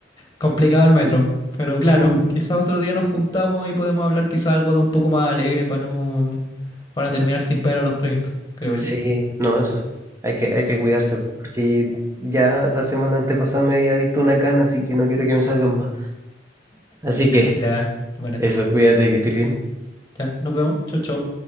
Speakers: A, on the left (about 20°); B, on the right (about 15°).
A: complicado el metro. Pero claro,
B: Mm,
A: quizás otro día nos juntamos y podemos hablar quizás algo de un poco más alegre para no, para no terminar sin pelo a los treinta creo yo.
B: Sí, no, eso. Hay que, hay que cuidarse, porque ya la semana antepasada me había visto una cana, así que no quiero que me salgan más. Así que
A: Ya, bueno,
B: eso, cuídate, que estés bien.
A: ya, nos vemos. Chau, chau.